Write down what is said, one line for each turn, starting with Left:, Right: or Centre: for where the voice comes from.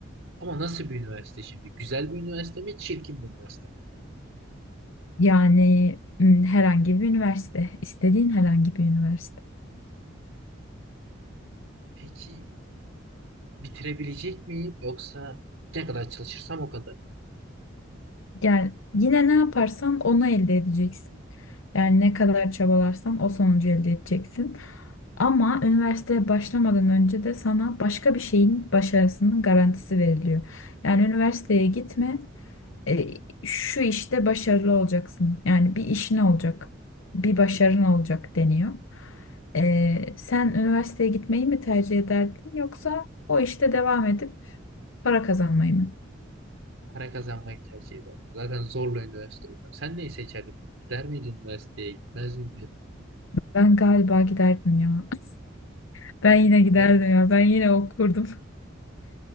Right: ama nasıl bir üniversite şimdi? Güzel bir üniversite mi çirkin bir üniversite mi?
Left: Yani m, herhangi bir üniversite, istediğin herhangi bir üniversite.
Right: Peki bitirebilecek miyim yoksa ne kadar çalışırsam o kadar.
Left: Yani yine ne yaparsan onu elde edeceksin. Yani ne kadar çabalarsan o sonucu elde edeceksin. Ama üniversiteye başlamadan önce de sana başka bir şeyin başarısının garantisi veriliyor. Yani üniversiteye gitme, e, şu işte başarılı olacaksın. Yani bir işin olacak, bir başarın olacak deniyor. E, sen üniversiteye gitmeyi mi tercih ederdin yoksa o işte devam edip para kazanmayı mı?
Right: Para kazanmayı tercih ederdim. Zaten zorla üniversite okuyorum. Sen neyi seçerdin peki? Gider miydin üniversiteye? Gitmez miydin?
Left: Ben galiba giderdim ya. <laughs> Ben yine giderdim
Right: Gider miydin?
Left: ya. Ben yine okurdum. <laughs>